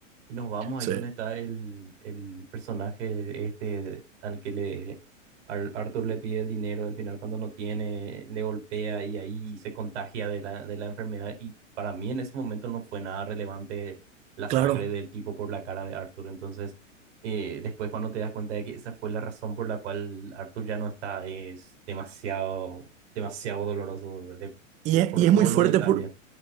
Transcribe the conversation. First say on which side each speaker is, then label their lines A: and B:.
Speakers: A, on the right (about 60°); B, on the right (about 20°).
A: y nos vamos
B: Sí,
A: ahí donde está el, el personaje este al que le Ar- Arthur le pide el dinero, al final cuando no tiene le golpea y ahí se contagia de la, de la enfermedad y para mí en ese momento no fue nada relevante la
B: claro.
A: sangre del tipo por la cara de Arthur, entonces eh, después cuando te das cuenta de que esa fue la razón por la cual Arthur ya no está, es demasiado, demasiado doloroso de-
B: Y
A: de- por
B: es, y
A: todos
B: es muy fuerte
A: los detalles.
B: por,